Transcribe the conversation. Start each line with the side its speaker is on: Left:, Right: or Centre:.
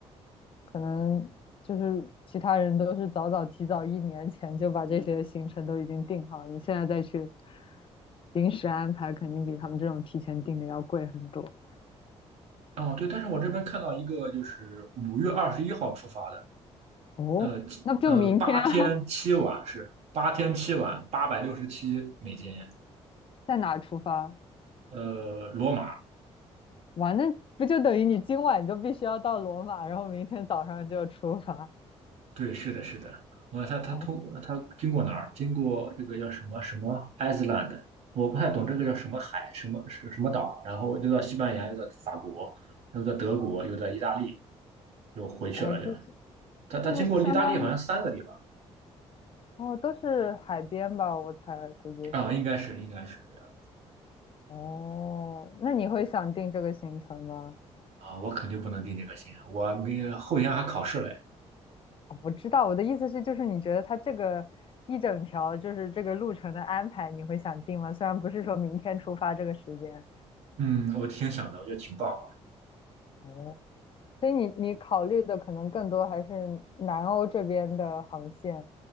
Left: 可能就是其他人都是早早提早一年前就把这些行程都已经定好，你现在再去临时安排，肯定比他们这种提前定的要贵很多。
Right: 哦，对，但是我这边看到一个就是五月二十一号出发的，
Left: 哦，
Right: 呃七呃，
Left: 那就明天啊，
Right: 八天七晚是八天七晚，八百六十七美金。
Left: <laughs> 在哪出发？
Right: 呃，罗马
Left: 哇，那不就等于你今晚就必须要到罗马，然后明天早上就出发。
Right: 对，是的，是的。我他他通他经过哪儿？
Left: 哦，
Right: 经过这个叫什么什么 Iceland，我不太懂这个叫什么海，什么是什么岛，然后又到西班牙，又到法国，又到德国，又到意大利，又回去了又。
Left: 哦，就是
Right: 他他经过意大利好像三个地方
Left: 这不相当于哦，都是海边吧？我猜估计是。
Right: 啊，应该是应该是这样
Left: 哦，那你会想定这个行程吗？
Right: 啊，我肯定不能定这个心啊，我明后天还考试嘞。
Left: 啊我知道，我的意思是，就是你觉得它这个一整条就是这个路程的安排，你会想定吗？虽然不是说明天出发这个时间。
Right: 嗯，我挺想的，我觉得挺棒的。
Left: 哦，所以你你考虑的可能更多还是南欧这边的航线，